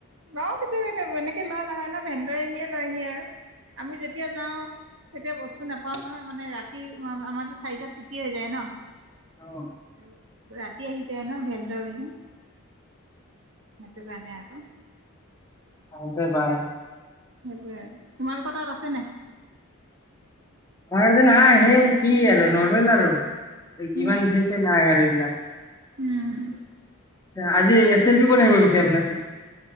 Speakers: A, on the right; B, on the left.
A: লওঁ কেতিয়াবা কেতিয়াবা এনেকে লোৱা নহয় ন ভেন্দ্ৰৰিঙে আহি লৈহি আৰু আমি যেতিয়া যাওঁ তেতিয়া বস্তু নাপাও নহয় মানে ৰাতি আমাৰতো চাৰিটাত ছুটি হৈ যায় ন
B: <unintelligible>
A: আৰু ৰাতি আহি যায় ন ভেন্দ্ৰ অভিযান সেইটো কাৰণে আৰু
B: থাকক দে বাই
A: সেইটোৱে আৰু তোমালোকৰ তাত আছে নাই?
B: আমাৰ নাই সেই কি আৰু নৰ্মেল আৰু
A: উম,
B: ইমান বেছি নাই আৰু এইবিলাক
A: উম।
B: আজি এছ এল পি কোনে আহিব পিছে আপোনাৰ